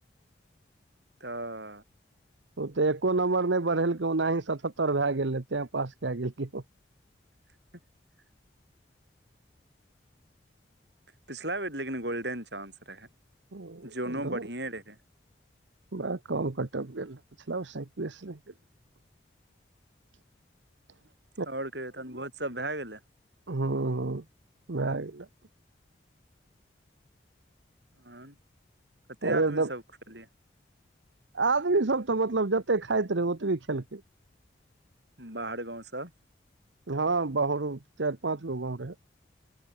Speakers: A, on the right (about 65°); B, on the right (about 85°).
A: तऽ
B: ओ तऽ एको नम्बर नहि बढ़ेलकै ओनाही सतहत्तर भए गेलै तें पास कऽ गेलियै
A: <unintelligible> पिछला बेेर लेकिन गोल्डेन चानस रहै
B: ओ
A: जोनो
B: ओ तऽ
A: बढ़िए रहै
B: बड़ा कम कटफ गेल रहै पिछला सालसे रहि गेल <inaudible>
A: आओर कहियो तहन भोज सब भए गेलै
B: हूँ भए गेलै
A: आन
B: एहि
A: कते
B: बेर
A: आदमीसभ
B: तऽ
A: खुयैलियै
B: आदमी सब तऽ मतलब जतेक खाइत रहै ओतबी खेलकै
A: बाहर गाँवसँ
B: हँ बहरो चारि पाँच गो गाँव रहे